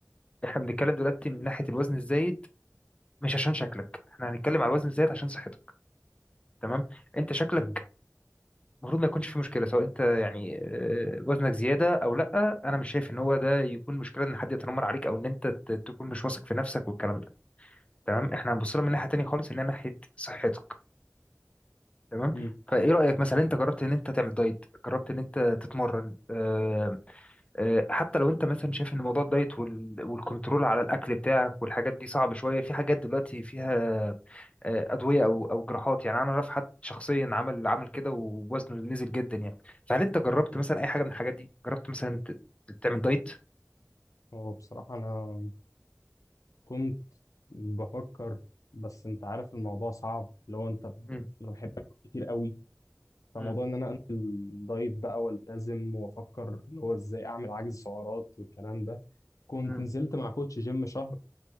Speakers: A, on the left; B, on the left.
A: احنا بنتكلم دلوقتي من ناحيه الوزن الزايد مش عشان شكلك احنا هنتكلم على الوزن الزايد عشان صحتك تمام انت شكلك
B: مم.
A: المفروض ما يكونش في مشكله سواء انت يعني آه، وزنك زياده او لا انا مش شايف ان هو ده يكون مشكله ان حد يتنمر عليك او ان انت ت- تكون مش واثق في نفسك والكلام ده تمام احنا هنبص لها من ناحيه تانية خالص ان هي ناحيه صحتك تمام
B: مم.
A: فايه رايك مثلا انت جربت ان انت تعمل دايت جربت ان انت تتمرن آه، آه، حتى لو انت مثلا شايف ان موضوع الدايت وال- والكنترول على الاكل بتاعك والحاجات دي صعب شويه في حاجات دلوقتي فيها آه، ادويه او او جراحات يعني انا اعرف حد شخصيا عمل عمل كده ووزنه نزل جدا يعني فهل انت جربت مثلا اي حاجه من الحاجات دي جربت مثلا ت- ت- تعمل دايت
B: هو بصراحة انا كنت بفكر بس انت عارف الموضوع صعب لو انت
A: مم.
B: انا بحبك كتير قوي فموضوع
A: مم.
B: ان انا انزل دايت بقى والتزم وافكر اللي هو ازاي اعمل عجز سعرات والكلام ده كنت
A: مم.
B: نزلت مع كوتش جيم شهر